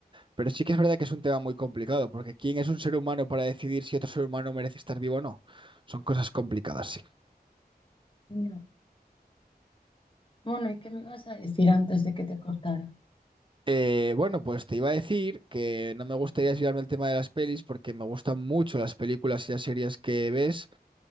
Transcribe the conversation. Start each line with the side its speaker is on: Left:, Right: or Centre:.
Right: Pero sí que es verdad que es un tema muy complicado, porque ¿quién es un ser humano para decidir si otro ser humano merece estar vivo o no? Son cosas complicadas, sí.
Left: No. Bueno, ¿y qué me ibas a decir antes de que te cortara?
Right: Eh, bueno, pues te iba a decir que no me gustaría desviarme el tema de las pelis porque me gustan mucho las películas y las series que ves